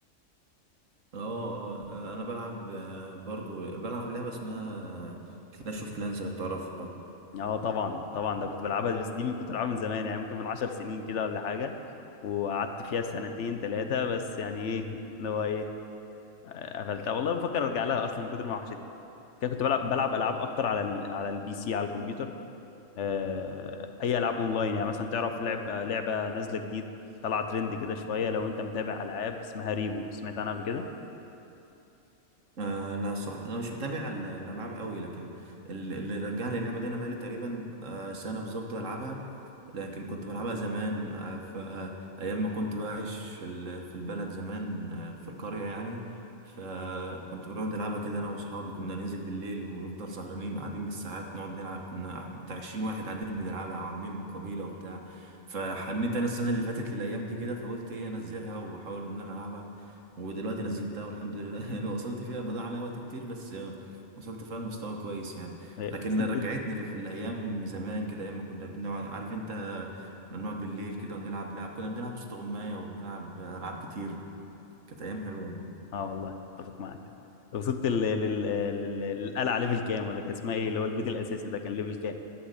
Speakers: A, on the right; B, on the left.
A: اه آه، آه، انا بلعب آه، برضو بلعب لعبة اسمها كلاش اوف كلانز لو تعرفها
B: اه طبعا طبعا ده كنت بلعبها بس دي كنت بلعبها من زمان يعني ممكن من عشر سنين كده ولا حاجة وقعدت فيها سنتين ثلاثة بس يعني ايه اللي هو ايه آه، قفلتها والله بفكر ارجع لها اصلا من كتر ما وحشتني كده كنت بلعب بلعب العاب اكتر على ال... على البي سي على الكمبيوتر آه... اي العاب اونلاين يعني مثلا تعرف لعب آه، لعبة نازلة جديد طلع ترند كده شوية لو انت متابع العاب اسمها ريبو سمعت عنها قبل كده
A: آه لا الصراحة أنا مش متابع ال- الألعاب قوي لكن ال- اللي رجعني اللعبة دي أنا بقالي تقريبا آه سنة بالظبط بلعبها لكن كنت بلعبها زمان آه فأيام ما كنت بعيش في ال- في البلد زمان آه في القرية يعني فكنت بنقعد نلعبها كده أنا وأصحابي كنا ننزل بالليل ونفضل سهرانين قاعدين بالساعات نقعد نلعب كنا بتاع 20 واحد قاعدين بنلعبها وعاملين قبيلة وبتاع فحنيت أنا السنة اللي فاتت للأيام دي كده فقلت إيه أنزلها وأحاول إن أنا ألعبها ودلوقتي نزلتها والحمد لله <laughs> يعني وصلت فيها بضاعة عليها وقت كتير بس آه، وصلت فيها لمستوى كويس يعني
B: آه،
A: لكن
B: وصلت
A: رجعتني لف- في الأيام زمان كده أيام ما كنا بنقعد عارف أنت كنا بنقعد بالليل كده ونلعب لعب كنا بنلعب استغماية وبنلعب ألعاب كتير كانت أيام حلوة والله
B: اه والله اتفق معاك وصلت لل... لل... لل... للقلعه ليفل كام ولا كان اسمها ايه اللي هو البيت الاساسي ده كان ليفل كام